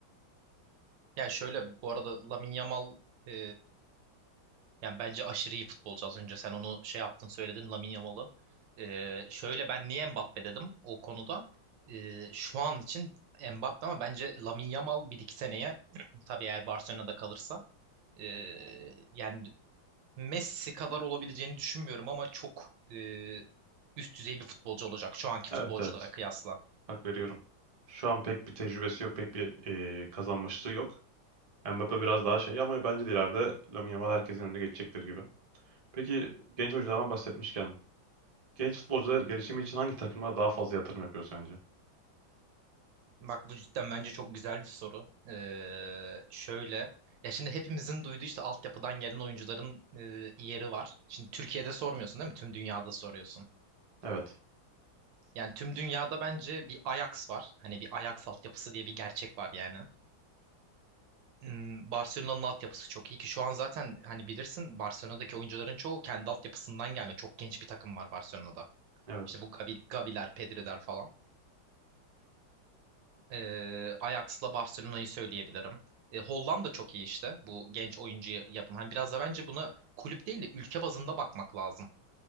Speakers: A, on the right; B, on the right.
A: Yani şöyle bu arada Lamine Yamal e, yani bence aşırı iyi futbolcu. Az önce sen onu şey yaptın söyledin Lamine Yamal'ı. E, şöyle ben niye Mbappe dedim o konuda. E, şu an için Mbappe ama bence Lamine Yamal bir iki seneye <clears throat> tabii eğer Barcelona'da kalırsa e, yani Messi kadar olabileceğini düşünmüyorum ama çok e, üst düzey bir futbolcu olacak şu anki
B: Evet
A: futbolculara
B: evet
A: kıyasla.
B: hak veriyorum. Şu an pek bir tecrübesi yok, pek bir e, kazanmışlığı yok. Mbappe biraz daha şey ama bence de ileride Lamine Yamal herkesin önüne geçecektir gibi. Peki genç oyunculardan bahsetmişken Genç futbolcular gelişimi için hangi takımlara daha fazla yatırım yapıyor sence?
A: Bak bu cidden bence çok güzel bir soru. Ee, şöyle ya şimdi hepimizin duyduğu işte altyapıdan gelen oyuncuların e, yeri var. Şimdi Türkiye'de sormuyorsun değil mi? Tüm dünyada soruyorsun.
B: Evet.
A: Yani tüm dünyada bence bir Ajax var. Hani bir Ajax altyapısı diye bir gerçek var yani. Hmm, Barcelona'nın altyapısı çok iyi ki şu an zaten hani bilirsin Barcelona'daki oyuncuların çoğu kendi altyapısından gelme. Çok genç bir takım var Barcelona'da.
B: Evet.
A: İşte bu Gavi, Gaviler, Pedri'ler falan. Ee, Ajax'la Barcelona'yı söyleyebilirim. Ee, Hollanda çok iyi işte bu genç oyuncu yapım. Hani biraz da bence buna kulüp değil de ülke bazında bakmak lazım.